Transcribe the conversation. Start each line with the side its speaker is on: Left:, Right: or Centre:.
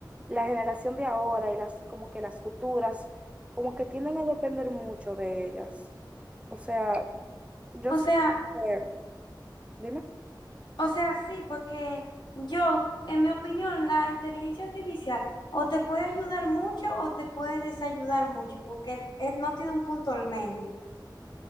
Right: la generación de ahora y las como que las futuras, como que tienden a depender mucho de ellas. O sea, yo
Left: O
Right: siento
Left: sea,
Right: que- dime,
Left: o sea, sí, porque yo, en mi opinión, la inteligencia artificial o te puede ayudar mucho o te puede desayudar mucho, porque eh, no tiene un punto al medio.